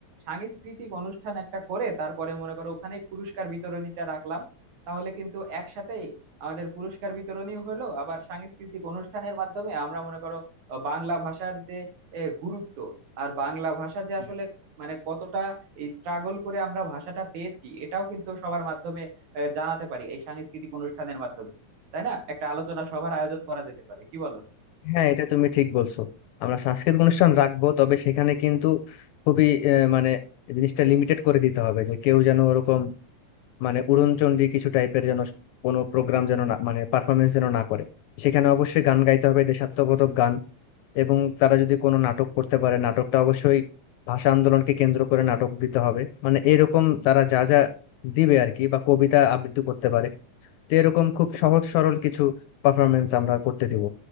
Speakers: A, on the right; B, on the left.
A: সাংস্কৃতিক অনুষ্ঠান একটা করে তারপরে মনে করো ওখানে পুরস্কার বিতরণীটা রাখলাম তাহলে কিন্তু একসাথেই আমাদের পুরস্কার বিতরণীও হলো আবার সাংস্কৃতিক অনুষ্ঠানের মাধ্যমে আমরা মনে করো আহ, বাংলা ভাষার যে এ, গুরুত্ব আর বাংলা ভাষা যে
B: হুম।
A: আসলে মানে কতটা এই স্ট্রাগল করে আমরা ভাষাটা পেয়েছি এটাও কিন্তু সবার মাধ্যমে আহ, জানাতে পারি এই সাংস্কৃতিক অনুষ্ঠানের মাধ্যমে তাই না একটা আলোচনা সভার আয়োজন করা যেতে পারে কি বলো
B: হ্যাঁ এটা তুমি ঠিক বলছো আমরা সাংস্কৃতিক অনুষ্ঠান রাখবো তবে সেখানে কিন্তু খুবই আহ, মানে জিনিসটা লিমিটেড করে দিতে হবে যে কেউ যেন ওরকম মানে উড়নচণ্ডী কিছু টাইপের যেন কোনো প্রোগ্রাম যেন না মানে পারফরমেন্স যেন না করে সেখানে অবশ্যই গান গাইতে হবে দেশাত্মবোধক গান এবং তারা যদি কোনো নাটক করতে পারে নাটকটা অবশ্যই ভাষা আন্দোলনকে কেন্দ্র করে নাটক দিতে হবে মানে এরকম তারা যা যা দিবে আর কি বা কবিতা আবৃত্তি করতে পারে তো এরকম খুব সহজ সরল কিছু পারফরমেন্স আমরা করতে দিব